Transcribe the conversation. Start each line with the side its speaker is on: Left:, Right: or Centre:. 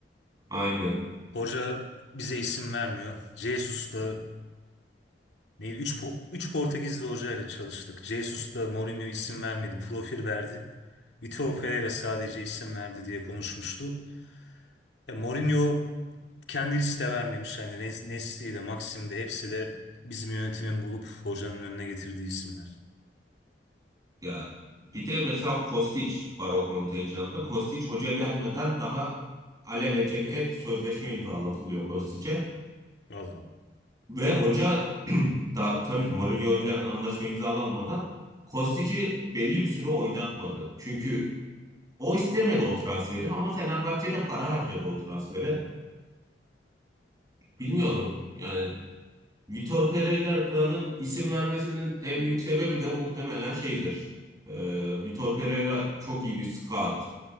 Right: aynen.
Left: Hoca bize isim vermiyor. Jesus da ne 3 3 Portekizli hoca ile çalıştık. Jesus da Mourinho isim vermedi, profil verdi. Vitor Pereira sadece isim verdi diye konuşmuştu. Ya Mourinho kendisi de vermemiş. Yani Res- Nesli'yi de Maxim de hepsi de bizim yönetimin bulup hocanın önüne getirdiği isimler.
Right: Ya bir de mesela Kostic var o kontenjanda. Kostic hoca gelmeden daha alelacele sözleşme imzalatılıyor Kostic'e.
Left: Vallahi.
Right: Ve hoca <clears throat> da tabii Mourinho ile anlaşma imzalanmadan Kostic'i belli bir süre oynatmadı. Çünkü O istemedi o transferi ama Fenerbahçe de para harcadı o transfere. Bilmiyorum yani Vitor Pereira'nın isim vermesinin en büyük sebebi de muhtemelen şeydir. Ee, Vitor Pereira çok iyi bir scout.